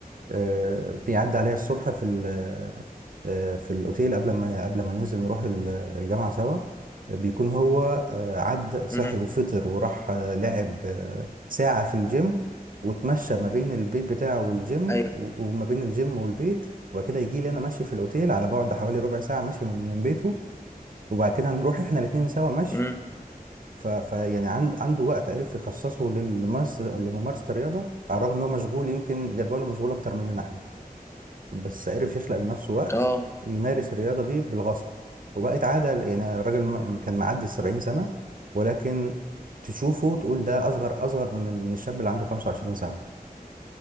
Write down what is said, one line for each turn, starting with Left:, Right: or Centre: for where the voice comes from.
Right: آه، بيعدي عليا الصبح في ال- آه، في الاوتيل قبل ما قبل ما ننزل نروح ال- الجامعه سوا بيكون هو آه، عد صحي
Left: امم
Right: وفطر وراح آه، لعب آه، ساعه في الجيم واتمشى ما بين البيت بتاعه والجيم
Left: ايوه
Right: و- وما بين الجيم والبيت وبعد كده يجي لي انا ماشي في الاوتيل على بعد حوالي ربع ساعه ماشي من من بيته وبعد كده نروح احنا الاتنين سوا مشي
Left: امم
Right: ف... ف يعني عند... عنده وقت عرف يخصصه للممارسة لممارسة الرياضة على الرغم ان هو مشغول يمكن جدوله مشغول اكتر مننا احنا بس عرف يخلق لنفسه وقت
Left: اه
Right: يمارس الرياضة دي بالغصب وبقت عادة يعني الراجل م- كان معدي السبعين سنة ولكن تشوفه تقول ده اصغر اصغر من من الشاب اللي عنده 25 سنة